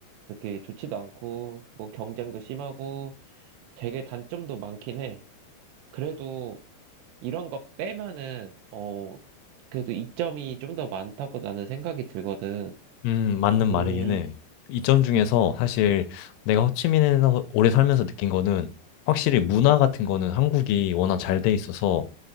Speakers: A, on the right; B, on the left.
A: 그렇게 좋지도 않고, 뭐 경쟁도 심하고, 되게 단점도 많긴 해. 그래도 이런 거 빼면은, 어, 그래도 이점이 좀 더 많다고 나는 생각이 들거든.
B: 음, 맞는 말이긴
A: 음,
B: 해. 이점 중에서 사실 내가 호치민에서 오래 살면서 느낀 거는 확실히 문화 같은 거는 한국이 워낙 잘 돼 있어서